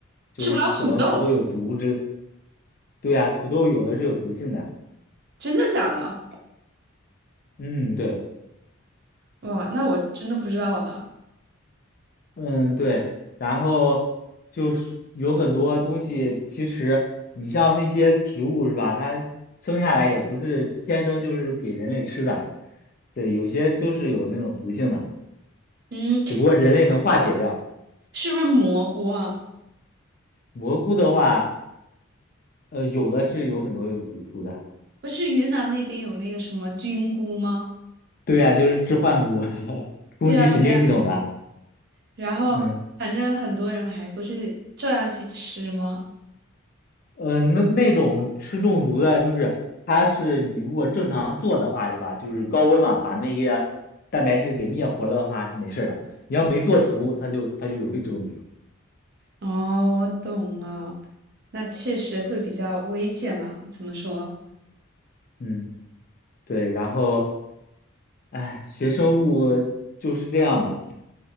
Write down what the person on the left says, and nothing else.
就是可能土豆有毒之类。
对啊，土豆有的是有毒性的。
嗯，对。
嗯，对，然后就是有很多东西，其实你像那些植物是吧？它生下来也不是天生就是给人类吃的，对，有些就是有那种毒性的，
只不过人类能化解掉。
蘑菇的话，呃，有的是有很多有毒毒的，
对啊，就是致幻菇，<laughs> 攻击神经系统的，
嗯。嗯，那那种吃中毒的，就是它是你如果正常做的话，是吧？就是高温嘛，把那些蛋白质给灭活了的话是没事儿的。你要没做熟，它就它就容易中毒。
嗯，对。然后，哎，学生物就是这样吧。